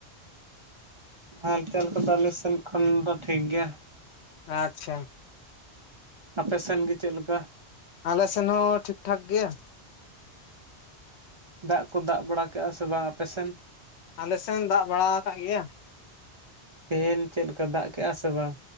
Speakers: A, on the right; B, on the left.
A: ᱦᱟᱞᱪᱟᱞ ᱠᱚᱫᱚ ᱟᱞᱮ ᱥᱮᱱ ᱠᱷᱚᱱ ᱫᱚ ᱴᱷᱤᱠ ᱜᱮᱭᱟ᱾
B: ᱟᱪᱪᱷᱟ
A: ᱟᱯᱮ ᱥᱮᱱ ᱜᱮ ᱪᱮᱫ ᱞᱮᱠᱟ?
B: ᱟᱞᱮ ᱥᱮᱱ ᱦᱚᱸ ᱴᱷᱤᱠ ᱴᱷᱟᱠ ᱜᱮᱭᱟ᱾
A: ᱫᱟᱜ ᱠᱚ ᱫᱟᱜ ᱵᱟᱲᱟ ᱠᱮᱜᱼᱟ ᱥᱮ ᱵᱟᱝ ᱟᱯᱮ ᱥᱮᱱ?
B: ᱟᱞᱮ ᱥᱮᱱ ᱫᱟᱜ ᱵᱟᱲᱟ ᱟᱠᱟ‌ ᱜᱮᱭᱟ᱾
A: ᱛᱮᱦᱮᱱ ᱪᱮᱫ ᱞᱮᱠᱟ ᱫᱟᱜ ᱠᱮᱜᱼᱟ ᱥᱮ ᱵᱟᱝ?